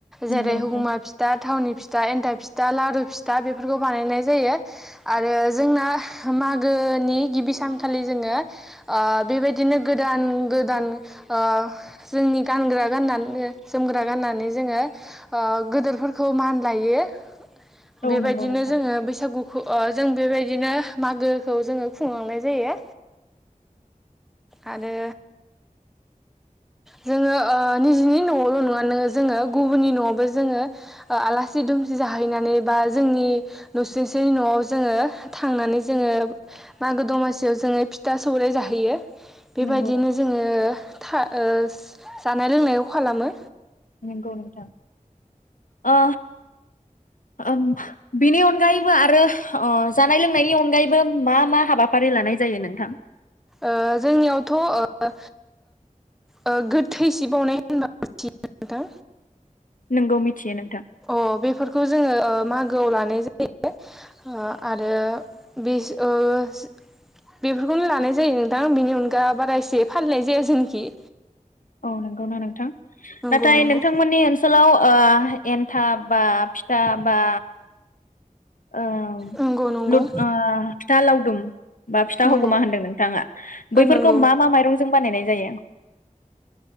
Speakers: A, in the centre; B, on the left (about 70°).
A: जेरै
B: नंगौ नोंथां
A: हुमा फिथा थावनि <unintelligible> एनथाब फिथा लारु फिथा बेफोरखौ बानायनाय जायो आरो जोंना मागोनि गिबि सानखालि जोङो ओ बेबायदिनो गोदान गोदान ओ जोंनि गानग्रा गाननानो जोमग्रा गाननानै जोङो ओ गोदोरफोरखौ मान लायो।
B: औ
A: बेबायदिनो
B: नंगौ नोंथां
A: जोङो बैसागुखौ ओ जों बेबायदिनो मागोखौ जोङो खुंलांनाय जायो आरो जोङो ओ निजिनि न'आवल' नङा नोङो जोङो गुबुननि न'आवबो जोङो ओ आला सि दुमसि जाहैनानै बा जोंनि नुसंसिनि न'आव जोङो थांनानै जोङो मागो दमासियाव जोङो फिथा सौरराय जाहैयो। बेबायदिनो
B: नंगौ नोंथां
A: जोङो था ओस जानाय लोंनायाव खालामो।
B: नंगौ नोंथां। अ। <unintelligible> बिनि अनगायैबो आरो ओ जानाय लोंनायनि अनगायैबो मा मा हाबाफारि लानाय जायो नोंथां।
A: ओ जोंनियावथ' ओ ओ ओ गोथै सि बावनाय होनबा मिथियो नोंथां।
B: नोंगौ मिथियो नोंथां
A: अ बेफोरखौ जोङो ओ मागोआव लानाय जायो ओ आरो <unintelligible> बेफोरखौनो लानाय जायो नोंथां बिनि अनगा बारा इसे फालिनाय जाया जोंनिखि।
B: औ नंगौना नोंथां
A: नंगौ
B: नाथाय
A: नंगौ
B: नोंथांमोननि ओनसोलाव। ओ एन्थाब बा फि था बा ओ <unintelligible>
A: नंगौ नंगौ
B: ओ फिथा लावदुम। बा फिथा
A: नंगौ
B: हगमा होनदों नोंथाङा। बैफोरखौ
A: नंगौ
B: मा मा माइरंजों बा बानायनाय जायो।